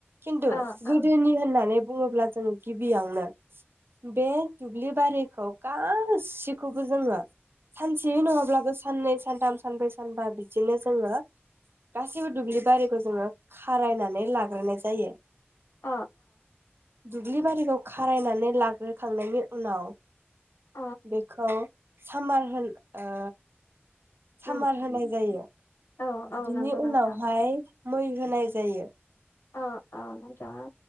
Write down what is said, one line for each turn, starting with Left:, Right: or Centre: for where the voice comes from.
Right: खिन्थु
Left: औ
Right: गोदोनि
Left: औ
Right: होननानै बुङोब्ला जों गिबियावनो बे दुब्लि बारिखौ गासैखौबो जोङो सानसेयै नङाब्लाबो साननै सानथाम सानब्रै सानबा बिदिनो जोङो सैबो दुब्लि बारिखौ जोङो खारायनानै लाग्रोनाय जायो।
Left: औ
Right: दुब्लि बारिखौ खारायनानै लाग्रोखांनायनि उनाव
Left: अ
Right: बेखौ सामार होन ओ सामार
Left: उम
Right: होनाय
Left: उम
Right: जायो
Left: औ औ
Right: बिनि
Left: नंगौ
Right: उनावहाय
Left: नोंथां
Right: मै होनाय जायो।
Left: अ औ नोंथाङा